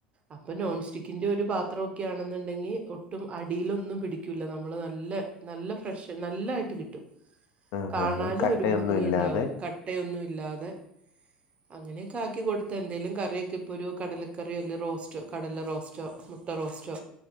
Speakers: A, on the right (about 30°); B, on the left (about 50°).
A: അപ്പ നോൺസ്റ്റിക്കിന്റെ ഒരു പാത്രഒക്കെ ആണെന്നുണ്ടെങ്കിൽ ഒ ഒട്ടും അടിയിലൊന്നും പിടിക്കൂല. നമ്മള് നല്ല നല്ല ഫ്രഷ് നല്ലായിട്ട് കിട്ടും.
B: ആഹ്
A: കാണാനും
B: ആഹ് കട്ടയൊന്നും
A: ഒരു ഭംഗി
B: ഇല്ലാതെ
A: ഉണ്ടാവും. ക ട്ടയൊന്നും ഇല്ലാതെ അങ്ങനെയൊക്കെ ആക്കി കൊടുത്ത എന്തെലും കറിക്കെ ഇപ്പരു കടല കാറില്ലേ റോസ്റ്റ്, കടല റോസ്റ്റ്. മുട്ട റോസ്റ്റ്,